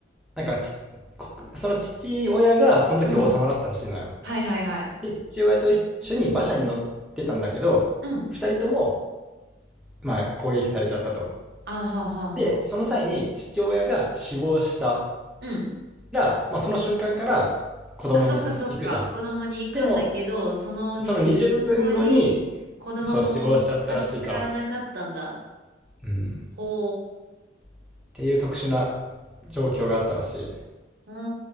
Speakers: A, in the centre; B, on the right.
A: なんかち、国その父親がその時王様だったらしいのよ。
B: うん。はいはいはい。
A: で、父親と一緒に馬車に乗ってたんだけど、
B: うん。
A: 二人とも、まあ、攻撃されちゃったと。
B: あははは。
A: で、その際に父親が死亡した
B: うん。
A: ら、まあ、その瞬間から子供に行くじゃん。
B: あ、そっかそっか。子供に行くんだけど、
A: でも、
B: その20分後に子供も助からなかったんだ。
A: その20分後に、そう、死亡しちゃったらしいから。うん。
B: ほ
A: っていう特殊な状況があったらしい。
B: う。う